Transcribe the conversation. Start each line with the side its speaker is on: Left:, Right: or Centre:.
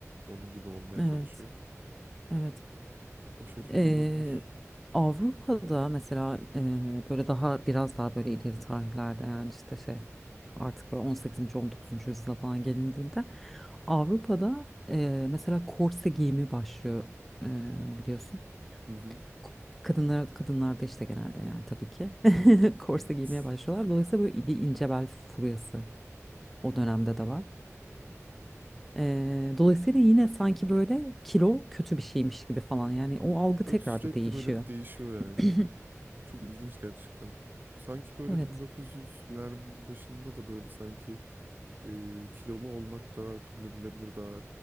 Right: Onun gibi olmaya
Centre: Evet,
Right: çalışıyor.
Centre: evet.
Right: O şekilde
Centre: Ee,
Right: olabilir.
Centre: Avrupa'da mesela e, böyle daha biraz daha böyle ileri tarihlerde yani işte şey artık böyle on sekizinci on dokuzuncu yüzyıla falan gelindiğinde Avrupa'da e, mesela korse giyimi başlıyor e, biliyorsun.
Right: Hı hı.
Centre: K- Kadınlar kadınlarda işte genelde yani tabii ki <laughs> korse
Right: Evet.
Centre: giymeye başlıyorlar. Dolayısıyla böyle bir ince bel furyası o dönemde de var. Eee, dolayısıyla yine sanki böyle kilo kötü bir şeymiş gibi falan yani o algı tekrar
Right: Evet, sürekli
Centre: bir değişiyor.
Right: böyle bir değişiyor yani.
Centre: <clears throat>
Right: Çok ilginç gerçekten. Sanki böyle
Centre: Evet.
Right: 1900'lerin başında da böyle sanki e, kilolu olmak daha kabul edilebilir, daha